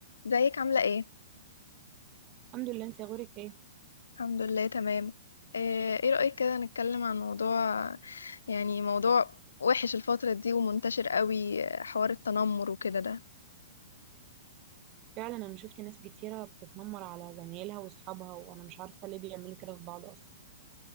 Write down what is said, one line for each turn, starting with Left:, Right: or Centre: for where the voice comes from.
Left: ازيك عاملة ايه؟
Right: الحمد لله انت اخبارك ايه
Left: الحمد لله تمام ايه إيه رأيك كده نتكلم عن موضوع يعني موضوع وحش الفترة دي ومنتشر قوي آه، حوار التنمر وكده ده
Right: فعلا انا شفت ناس كتيره بتتنمر على زمايلها واصحابها وانا مش عارفه ليه بيعملوا كده في بعض اصلا